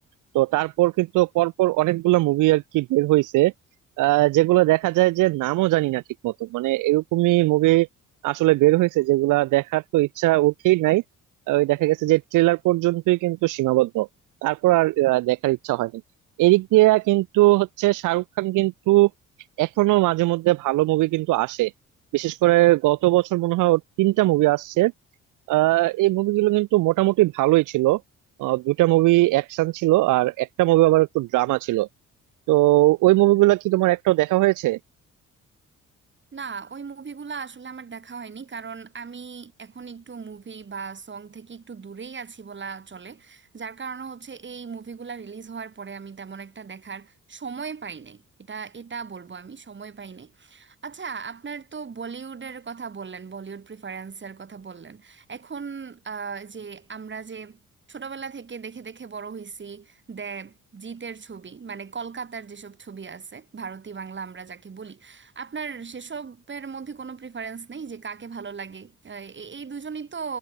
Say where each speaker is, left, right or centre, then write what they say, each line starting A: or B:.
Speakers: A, on the right; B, on the right.
A: তো তারপর কিন্তু পরপর অনেকগুলা মুভি আর কি বের হয়েছে যেগুলো দেখা যায় যে নামও জানি না ঠিক মতো মানে এরকমই মুভি আসলে বের হয়েছে যেগুলা দেখার তো ইচ্ছা উঠেই নাই আহ, ওই দেখা গেছে যে ট্রেলার পর্যন্তই কিন্তু সীমাবদ্ধ তারপর আর আহ, দেখার ইচ্ছা হয়নি এদিক দিয়ে কিন্তু হচ্ছে শাহরুখ খান কিন্তু এখনো মাঝে মধ্যে ভালো মুভি কিন্তু আসে বিশেষ করে গত বছর মনে হয় ওর তিনটা মুভি আসছে আহ এই মুভিগুলো কিন্তু মোটামুটি ভালোই ছিল আহ, দুটা মুভি অ্যাকশন ছিল আর একটা মুভি আবার একটু ড্রামা ছিল তো ওই মুভিগুলো কি তোমার একটাও দেখা হয়েছে
B: না ওই মুভিগুলো আসলে আমার দেখা হয়নি কারণ আমি এখন একটু মুভি বা সং থেকে একটু দূরেই আছি বলা চলে যার কারণে হচ্ছে এই মুভিগুলো রিলিজ হওয়ার পরে আমি তেমন একটা দেখার সময় পাই নাই এটা এটা বলবো আমি সময় পাই নাই আচ্ছা আপনার তো বলিউডের কথা বললেন বলিউড প্রিফারেন্সের কথা বললেন এখন আহ, যে আমরা যে ছোটবেলা থেকে দেখে দেখে বড় হইছি দেব জিতের ছবি মানে কলকাতার যেসব ছবি আছে ভারতী বাংলা আমরা যাকে বলি আপনার সেসবের মধ্যে কোনো প্রিফারেন্স নেই যে কাকে ভালো লাগে আহ, এ- এই দুজনই তো